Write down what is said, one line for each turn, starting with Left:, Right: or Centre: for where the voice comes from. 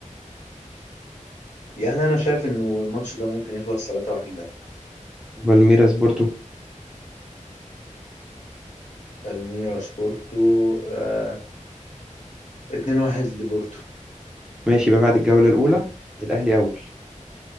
Left: يعني أنا شايف إنه الماتش ده ممكن يخلص 3-1 لأهلي
Centre: بالميراس بورتو
Left: بالميراس بورتو آه 2-1 لبورتو
Centre: ماشي يبقى بعد الجولة الأولى الأهلي أول